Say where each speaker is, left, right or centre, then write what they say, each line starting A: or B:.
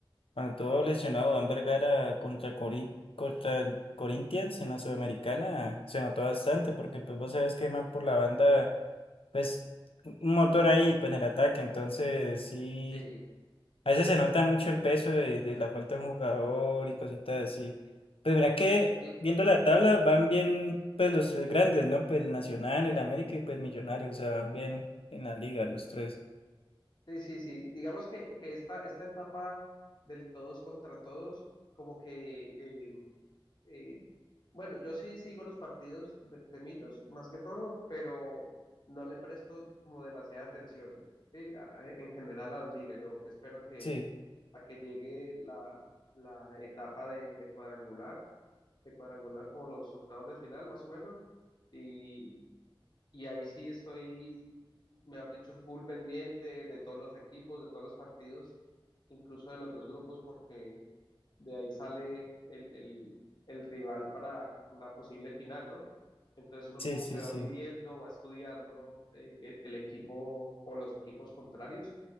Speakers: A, on the left (about 85°); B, on the left (about 55°).
A: cuando todo lesionado, Dan Vergara contra, Cori- contra el Corinthians en la Sudamericana, se notó bastante porque pues vos sabes que más por la banda, pues un motor ahí, pues en el ataque, entonces sí.
B: sí,
A: A veces se nota mucho el peso de, de la falta de un jugador y cositas así. Pues mira que
B: sí,
A: viendo la tabla van bien pues los tres grandes, ¿no? Pues el Nacional, el América y pues Millonarios, o sea, van bien en la liga los tres.
B: sí, sí, sí. Digamos que, que esta, esta etapa del todos contra todos como que eh, eh, bueno, yo sí sigo los partidos de, de Millos, más que todo, pero no le presto como demasiada atención, ¿sí? A- a- en general a la liga. Yo espero que
A: Sí,
B: a que llegue la, la etapa de, de cuadrangular, de cuadrangular como los octavos de final, más o menos, y, y ahí sí estoy, mejor dicho, full pendiente de todos los equipos, de todos los partidos, incluso de los dos grupos, porque de ahí sale el, el, el rival para una posible final, ¿no? Entonces uno
A: sí,
B: como
A: sí,
B: que va
A: sí.
B: midiendo, va estudiando eh, el el equipo o los equipos contrarios